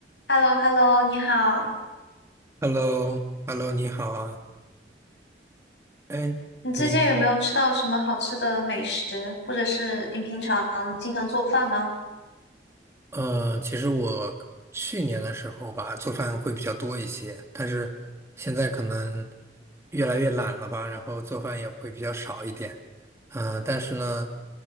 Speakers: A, on the left; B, on the right.
A: h e l l o h e l l o 你好。
B: h e l l o h e l l o 你好啊，哎，
A: 你最近有没有吃到什么好吃的美食，
B: 你，
A: 或者是你平常经常做饭吗？
B: 呃，其实我去年的时候吧，做饭会比较多一些，但是现在可能越来越懒了吧，然后做饭也会比较少一点。嗯、但是呢，